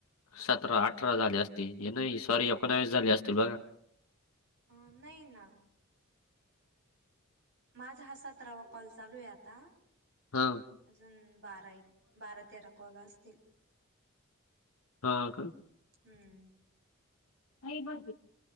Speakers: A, on the left; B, on the right.
A: सतरा अठरा झाले असते हे नाही सॉरी एकोणावीस झाले असते बघा.
B: अ नाही ना. माझा हा सतरावा कॉल चालू आहे आता.
A: हां,
B: अजून बारा आयेत बारा तेरा कॉल असतील.
A: हा का.
B: हम्म.
A: नाही बघ.